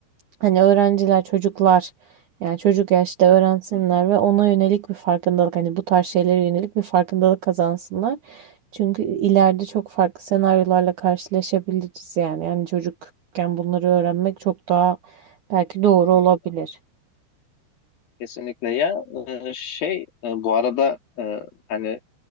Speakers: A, on the right; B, on the left.
A: Hani öğrenciler, çocuklar yani çocuk yaşta öğrensinler
B: Hı
A: ve ona yönelik bir farkındalık hani bu tarz şeylere yönelik bir farkındalık kazansınlar. Çünkü ileride çok farklı senaryolarla karşılaşabiliriz yani. Yani çocukken bunları öğrenmek çok daha belki doğru
B: hı.
A: olabilir.
B: Kesinlikle ya e, şey e, bu arada e, hani